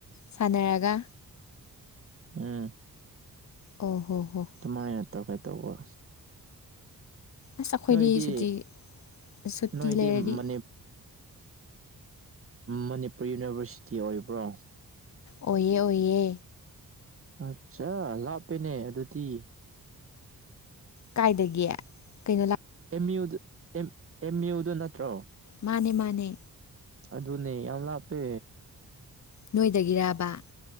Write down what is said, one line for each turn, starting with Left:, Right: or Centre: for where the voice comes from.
Left: ꯁꯥꯟꯅꯔꯒ꯫
Right: ꯎꯝ꯫
Left: ꯑꯣ ꯍꯣ ꯍꯣ꯫
Right: ꯑꯗꯨꯃꯥꯏꯅ ꯇꯧꯒꯦ ꯇꯧꯕ꯫
Left: ꯑꯁ ꯑꯩꯈꯣꯏꯗꯤ
Right: ꯅꯣꯏꯗꯤ
Left: ꯁꯨꯇꯤ ꯁꯨꯇꯤ
Right: ꯅꯣꯏꯗꯤ
Left: ꯂꯩꯔꯗꯤ
Right: ꯃ꯫ ꯃꯅꯤꯄꯨꯔ ꯌꯨꯅꯤꯚꯔꯁꯤꯇꯤ ꯑꯣꯏꯕ꯭ꯔꯣ꯫
Left: ꯑꯣꯏ ꯑꯣꯏꯌꯦ꯫
Right: ꯑꯠꯆꯥ ꯂꯥꯞꯄꯦꯅꯦ ꯑꯗꯨꯗꯤ
Left: ꯀꯥꯏꯗꯒꯤ ꯀꯩꯅꯣ ꯂꯥꯛ
Right: ꯑꯦꯝ ꯌꯨꯗꯨ ꯑꯦꯝ ꯌꯨꯗꯨ ꯅꯠꯇ꯭ꯔꯣ
Left: ꯃꯥꯅꯦ ꯃꯥꯅꯦ
Right: ꯑꯗꯨꯅꯦ ꯌꯥꯝ ꯂꯥꯞꯄꯦ
Left: ꯅꯣꯏꯗꯒꯤꯔꯥꯕ